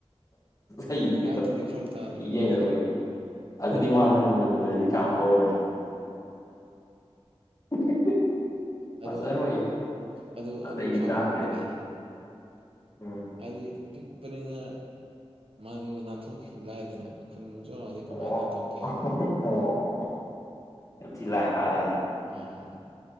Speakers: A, on the left; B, on the right.
A: ꯑꯩ
B: ꯍꯥꯠꯇꯗꯤ
A: ꯑꯩ
B: ꯐꯔꯛ ꯇꯥꯗ꯭ꯔꯣ ꯑꯗꯨꯗꯤ
A: ꯌꯩꯅꯔꯣꯏ ꯑꯗꯨꯗꯤ ꯃꯥ ꯅꯪ ꯉꯪꯉꯗꯗꯤ ꯀ ꯍꯔꯅꯤ ꯎ ꯐꯖꯔꯣꯏ
B: ꯑꯗꯣ ꯑꯗꯨ ꯑꯗꯨꯒꯤ
A: ꯑꯇꯩꯗꯤ
B: ꯐꯕ
A: ꯆꯥꯗ꯭ꯔꯦ
B: ꯑꯃꯗꯤ ꯂꯩꯔꯤ
A: ꯎꯝ
B: ꯍꯥꯏꯗꯤ ꯄꯤꯛꯄꯅꯤꯅ ꯃꯥꯗꯣ ꯅꯥꯟꯊꯣꯛꯈꯤꯕ ꯂꯥꯏꯗꯅ ꯈꯨꯟꯃꯁꯨꯗꯤ ꯀꯃꯥꯏ
A: ꯑꯣ
B: ꯅꯊꯣꯛꯧ ꯀꯦ
A: ꯑꯣ ꯌꯥꯝ ꯊꯤ ꯂꯥꯏ ꯍꯥꯔꯅꯤꯅꯦ
B: ꯑꯥ